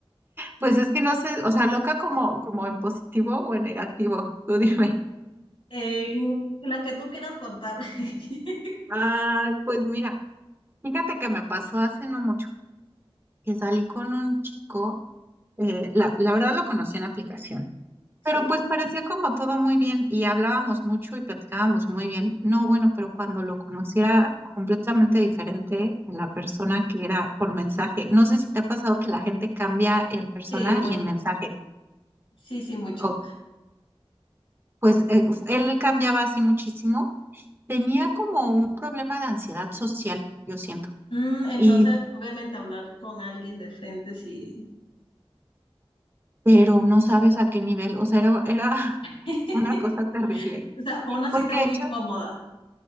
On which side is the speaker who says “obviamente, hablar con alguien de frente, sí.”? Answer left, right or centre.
Left